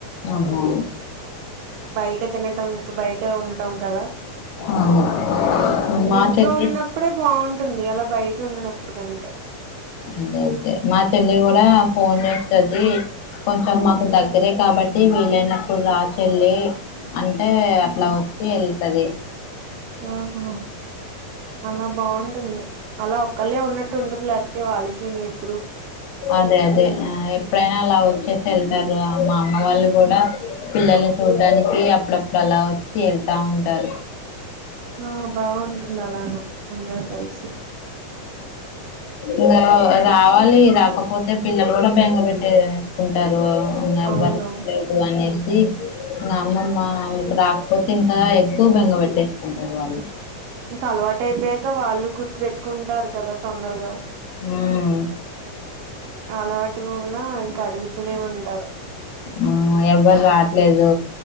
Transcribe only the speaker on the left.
ఆహా
అవును మా
చెల్లి
అదే అదే మా చెల్లి కూడా ఫోన్ చేస్తది కొంచెం మాకు దగ్గరే కాబట్టి వీలైనప్పుడు రాచెల్లి అంటే అట్లా వచ్చి వెళ్తుది
అదే అదే ఆ ఎప్పుడైనా అలా వచ్చేసి వెళ్తారు మా అమ్మ వాళ్ళు కూడా పిల్లల్ని చూడ్డానికి అప్పుడప్పుడు అలా వచ్చి వెళ్తా ఉంటారు
ఉ ఇంకా రావాలి రాకపోతే పిల్లలు కూడా బెంగ పెట్టేసుకుంటారు లో నెవెర్
స్టారైట్ గాని మా అమ్మమ్మ రాకపోతే ఇంకా ఎక్కువ బెంగ పెట్టేస్కుంటారు వాళ్ళు
ఉమ్మ్మ్
ఆ ఎవ్వరు రాట్లేదు